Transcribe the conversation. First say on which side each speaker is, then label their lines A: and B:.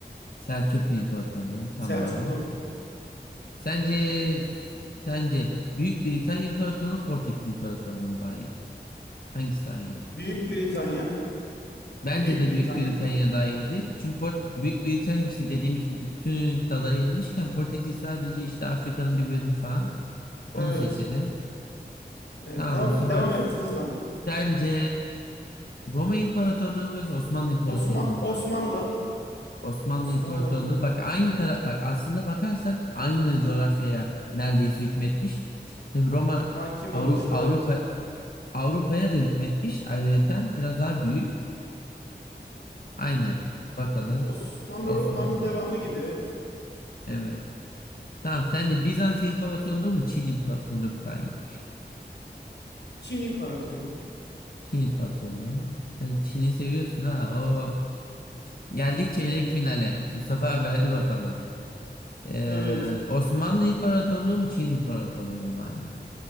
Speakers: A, on the left; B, on the left.
A: Selçuklu İmparatorluğu tamam.
B: Selçuklu.
A: Sence sence Büyük Britanya İmparatorluğu Portekiz İmparatorluğu mu daha iyiydi? Hangisi daha iyiydi?
B: Büyük Britanya,
A: Bence
B: Büyük
A: de
B: Britanya.
A: Büyük Britanya daha iyiydi. Çünkü Port Büyük Britanya işte dediğimiz gibi bütün kıtalara yayılmışken Portekiz sadece işte Afrika'nın bir bölümü falan.
B: Evet.
A: Onu seçelim.
B: Evet,
A: Tamam
B: deva-
A: Mustafa
B: devam
A: abi.
B: et hızlan.
A: Sence Roma İmparatorluğu mu yoksa Osmanlı İmparatorluğu
B: Osman
A: mu
B: Osmanlı,
A: daha? Osmanlı
B: Osmanlı
A: İmparatorluğu bak aynı taraf bak aslında bakarsak aynı coğrafyaya neredeyse hükmetmiş. Tabii Roma
B: hakim
A: Avru-
B: olmuşlar
A: Avrupa
B: evet.
A: Avrupa'ya da hükmetmiş ayrıyeten biraz daha büyük. Aynen. Bakalım.
B: Tabii Osmanlı
A: Osmanlı
B: romanın devamı
A: dedim.
B: gibi evet.
A: Evet. Tamam sence Bizans İmparatorluğu mu Çin İmparatorluğu mu daha iyi?
B: Çin İmparatorluğu.
A: Çin İmparatorluğu. Sen Çin'i seviyorsun ha. O geldik çeyrek finale. Mustafa abi hadi bakalım. Ee,
B: Evet.
A: Osmanlı İmparatorluğu mu Çin İmparatorluğu mu daha iyi?